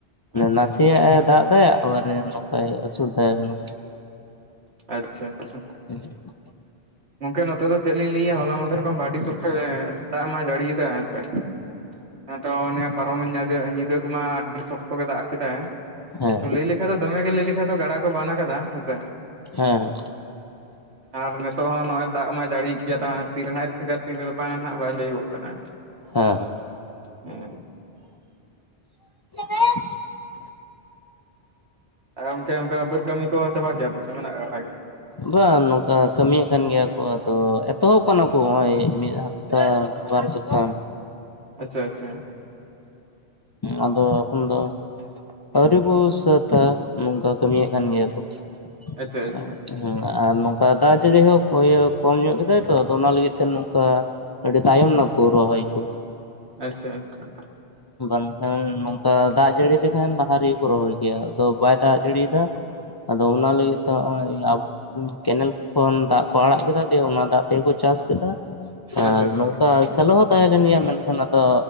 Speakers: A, on the right; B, on the left.
A: ᱟᱪᱪᱷᱟ
B: ᱱᱟᱥᱮᱭᱟᱜ
A: ᱟᱪᱪᱷᱟ
B: ᱮ ᱫᱟᱜ ᱫᱟᱭ ᱮᱵᱟᱨᱮ ᱵᱟᱭ ᱟᱹᱥᱩᱲ ᱫᱟᱭᱵᱚᱱᱟ
A: ᱟᱪᱪᱷᱟ, ᱟᱪᱪᱷᱟ᱾
B: <inaudible>
A: ᱜᱚᱝᱠᱮ ᱱᱚᱛᱮ ᱫᱚ ᱪᱮᱫ ᱞᱤᱧ ᱞᱟᱹᱭᱟ ᱦᱚᱞᱟ ᱢᱚᱫᱷᱮᱨ ᱠᱷᱚᱱ ᱫᱚ ᱟᱹᱰᱤ ᱥᱚᱠᱛᱮ ᱜᱮ ᱫᱟᱜ ᱢᱟᱭ ᱡᱟᱹᱲᱤ ᱭᱮᱫ ᱾ ᱫᱟ ᱦᱮᱸᱥᱮ, ᱦᱮᱸ ᱛᱚ ᱱᱤᱭᱟᱹ ᱯᱟᱨᱚᱢ ᱮᱱ <unintelligible> ᱧᱤᱫᱟᱹ ᱠᱚᱢᱟ ᱟᱹᱰᱤ ᱥᱚᱠᱛᱚ ᱜᱮ ᱫᱟᱜ ᱠᱮᱫᱟᱭ,
B: ᱦᱮᱸ
A: ᱛᱚ ᱞᱟᱹᱭ ᱞᱮᱠᱷᱟᱱ ᱫᱚᱢᱮ ᱜᱮ ᱞᱟᱹᱭ ᱞᱮᱠᱷᱟᱱ ᱫᱚ ᱜᱟᱰᱟ ᱠᱚ ᱵᱟᱱ ᱟᱠᱟᱫᱟ ᱦᱮᱸᱥᱮ᱾
B: ᱦᱮᱸ᱾
A: ᱟᱨ ᱢᱮᱫ ᱛᱚ ᱱᱚᱜ ᱚᱭ ᱫᱟᱜ ᱢᱟᱭ ᱡᱟᱹᱲᱤᱭᱮᱜ ᱜᱮᱭᱟ ᱛᱚ, ᱛᱤᱱ ᱨᱮ ᱱᱟᱜ ᱛᱷᱤᱨᱟ ᱛᱤᱱ ᱨᱮ ᱵᱟᱝᱼᱟ, ᱱᱟᱜ ᱵᱟᱭ ᱞᱟᱹᱭᱚᱜ ᱠᱟᱱᱟ᱾
B: ᱦᱮᱸ
A: ᱦᱮᱸ
B: ᱦᱮᱸ᱾
A: ᱟᱨ ᱜᱚᱢᱠᱮ ᱚᱱᱠᱟ ᱵᱟᱹᱫᱽ ᱠᱟᱹᱢᱤ ᱠᱚ ᱪᱟᱵᱟ ᱠᱮᱜᱼᱟ ᱯᱮ, ᱥᱮ ᱢᱮᱱᱟᱜ ᱵᱟᱲᱟ ᱜᱮᱭᱟ?
B: ᱵᱟᱝ ᱱᱚᱝᱠᱟ ᱠᱟᱹᱢᱤᱭᱮᱫ ᱠᱟᱱ ᱜᱮᱭᱟ ᱠᱚ, ᱟᱫᱚ ᱮᱛᱚᱦᱚᱵ ᱟᱠᱟᱱᱟ ᱠᱚ ᱱᱚᱜᱚᱭ ᱢᱤᱫ ᱦᱟ ᱛᱟ ᱵᱟᱨ ᱥᱚᱯᱛᱟ ᱜᱟᱱ᱾
A: ᱟᱪᱪᱷᱟ ᱟᱪᱪᱷᱟ
B: ᱟᱫᱚ ᱮᱠᱷᱚᱱ ᱫᱚ ᱟᱹᱣᱨᱤ ᱠᱚ ᱥᱟᱹᱛᱟ ᱱᱚᱝᱠᱟ ᱠᱟᱹᱢᱤᱭᱮᱫ ᱠᱟᱱ ᱜᱮᱭᱟ ᱠᱚ ᱾
A: ᱟᱪᱪᱷᱟ ᱟᱪᱪᱷᱟ
B: ᱦᱮᱸ ᱟᱨ ᱱᱚᱝᱠᱟ ᱫᱟᱜ ᱡᱟᱹᱲᱤ ᱦᱚᱸ ᱠᱚᱢ ᱧᱚᱜ ᱠᱮᱫᱟᱭ ᱛᱚ ᱚᱱᱟ ᱞᱟᱹᱜᱤᱫ ᱱᱚᱝᱠᱟ ᱟᱹᱰᱤ ᱛᱟᱭᱚᱢ ᱱᱟᱠᱚ ᱨᱚᱦᱚᱭ ᱠᱚ,
A: ᱟᱪᱪᱷᱟ ᱟᱪᱪᱷᱟ
B: ᱵᱟᱝᱠᱷᱟᱱ ᱫᱟᱜ ᱡᱟᱹᱲᱤ ᱞᱮᱠᱷᱟᱱ ᱞᱟᱦᱟ ᱨᱮᱜᱮ ᱠᱚ ᱨᱚᱦᱚᱭ ᱜᱮᱭᱟ, ᱟᱫᱚ ᱵᱟᱭ ᱫᱟᱜ ᱡᱟᱹᱲᱤᱭ ᱫᱟ ᱾ ᱟᱫᱚ ᱚᱱᱟ ᱞᱟᱹᱜᱤᱫ ᱛᱚ ᱦᱚᱜ-ᱚᱭ ᱟᱵᱚ ᱠᱮᱱᱮᱞ ᱠᱷᱚᱱ ᱫᱟᱜ ᱠᱚ ᱟᱲᱟᱜ ᱠᱮᱫᱟ, ᱫᱤᱭᱮ ᱚᱱᱟ ᱫᱟᱜ ᱛᱮᱜᱮᱠᱚ ᱪᱟᱥ ᱠᱮᱫᱟ ᱾ ᱟᱨ
A: ᱟᱪᱪᱷᱟ ᱟᱪᱪᱷᱟ
B: ᱱᱚᱝᱠᱟ ᱥᱮᱞᱚ ᱦᱚᱸ ᱛᱟᱦᱮᱸ ᱞᱮᱱ ᱜᱮᱭᱟ ᱢᱮᱱ ᱠᱷᱟᱱ ᱟᱫᱚ